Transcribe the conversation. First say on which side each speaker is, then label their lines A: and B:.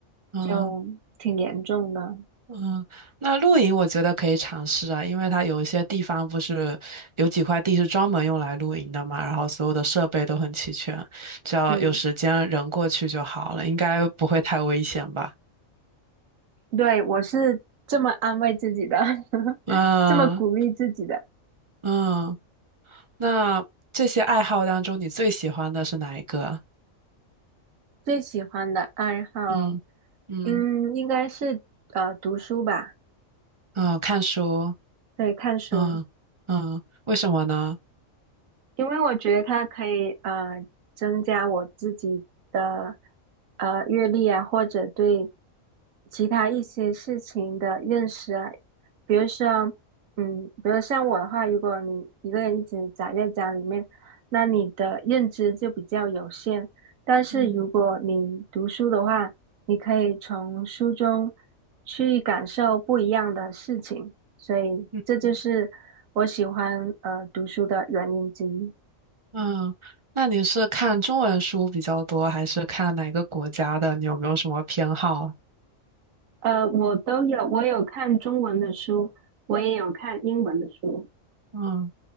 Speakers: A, on the right; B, on the right.
A: 嗯
B: 就挺严重的。
A: 嗯，那露营我觉得可以尝试啊，因为它有一些地方不是有几块地是专门用来露营的嘛，然后所有的设备都很齐全，只要有时间人过去就好了，
B: 嗯。
A: 应该不会太危险吧。
B: 对，我是这么安慰自己的，<laughs>
A: 嗯
B: 这么鼓励自己的。
A: 嗯，那这些爱好当中，你最喜欢的是哪一个啊
B: 最喜欢的爱好，
A: 嗯嗯
B: 嗯，应该是呃读书吧，
A: 嗯，看书。
B: 对，看书。
A: 嗯嗯，为什么呢？
B: 因为我觉得它可以呃增加我自己的呃阅历啊，或者对其他一些事情的认识啊。比如说，嗯，比如像我的话，如果你一个人一直宅在家里面，那你的认知就比较有限。但是如果你读书的话，
A: 嗯
B: 你可以从书中去感受不一样的事情。所以这就是我喜欢呃读书的原因之一。
A: 嗯。嗯，那你是看中文书比较多，还是看哪个国家的？你有没有什么偏好？
B: 呃，我都有，我有看中文的书，我也有看英文的书。
A: 嗯，